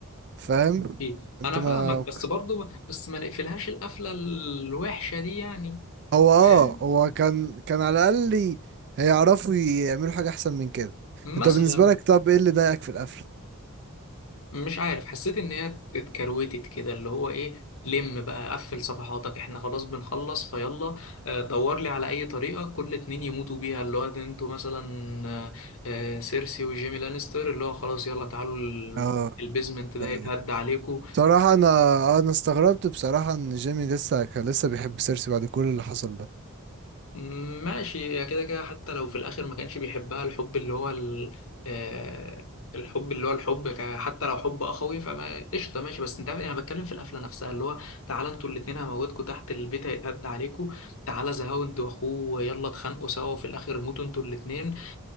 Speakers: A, on the right; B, on the left.
A: فاهم
B: إيه،
A: انت
B: انا
A: ما
B: فاهمك بس برضو بس ما نقفلهاش القفله الوحشه دي يعني
A: هو اه
B: فاهم
A: هو كان كان على الاقل ي- هيعرفوا يعملوا حاجة احسن من كده
B: مثلا
A: انت بالنسبة لك طب ايه اللي ضايقك في القفل
B: مش عارف حسيت ان هي اتكروتت كده اللي هو ايه لم بقى قفل صفحاتك احنا خلاص بنخلص فيلا آه، دور لي على اي طريقه كل اتنين يموتوا بيها اللي هو ده انتوا مثلا آه، آه، سيرسي وجيمي لانستر اللي هو خلاص يلا تعالوا ال-
A: اه
B: البيزمنت ده
A: ايوه
B: يتهد عليكم
A: بصراحة انا آه، انا استغربت بصراحة ان جيمي لسه كان لسه بيحب سيرسي بعد كل اللي حصل ده
B: ماشي هي كده كده حتى لو في الاخر ما كانش بيحبها الحب اللي هو ال... آه، الحب اللي هو الحب ك- حتى لو حب اخوي فما قشطه ماشي بس انت عارف انا بتكلم في القفله نفسها اللي هو تعالى انتوا الاثنين هموتكم تحت البيت هيتهد عليكم تعالى زهاو انت واخوه يلا اتخانقوا سوا وفي الاخر موتوا انتوا الاثنين